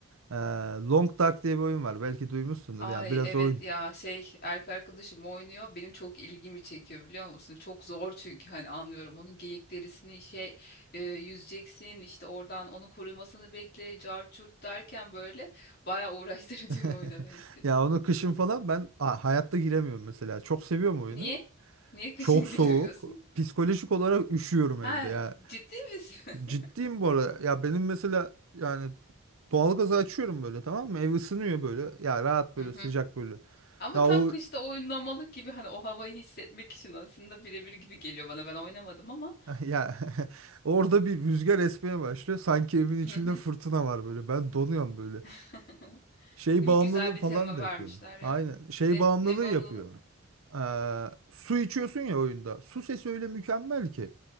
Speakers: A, on the right (about 80°); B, on the left (about 50°).
A: Ee, Long Dark diye bir oyun var. Belki duymuşsundur
B: Ay
A: yani biraz
B: evet
A: oyun.
B: ya şey erkek arkadaşım oynuyor benim çok ilgimi çekiyor biliyor musun? Çok zor çünkü hani anlıyorum onun geyik derisini şey e, yüzeceksin işte oradan onu kurumasını bekle cart çurt derken böyle bayağı uğraştırıcı
A: <laughs>
B: bir oyuna benziyor.
A: Ya onu kışın falan ben a- hayatta giremiyorum mesela. Çok seviyorum oyunu.
B: Niye? Niye kışın
A: Çok soğuk.
B: <laughs> giremiyorsun?
A: Psikolojik olarak üşüyorum
B: Ha,
A: evde ya.
B: ciddi misin? <laughs>
A: Ciddiyim bu arada. Ya benim mesela yani doğalgazı açıyorum böyle tamam mı? Ev ısınıyor böyle. Ya rahat böyle
B: Hı hı.
A: sıcak böyle.
B: Ama
A: Ya
B: tam
A: o
B: kışta oynamalık gibi hani o havayı hissetmek için aslında birebir gibi geliyor bana. Ben oynamadım ama.
A: <laughs> ya <laughs> orada bir rüzgar esmeye başlıyor. Sanki evin içinde
B: Hı hı.
A: fırtına var böyle. Ben donuyorum böyle.
B: <laughs>
A: Şey
B: Değil
A: bağımlılığı
B: mi? Güzel bir
A: falan
B: tema
A: da
B: vermişler
A: yapıyor.
B: ya.
A: Aynen. Şey
B: Ne,
A: bağımlılığı
B: ne bağımlılık?
A: yapıyor. Ee, su içiyorsun ya oyunda. Su sesi öyle mükemmel ki.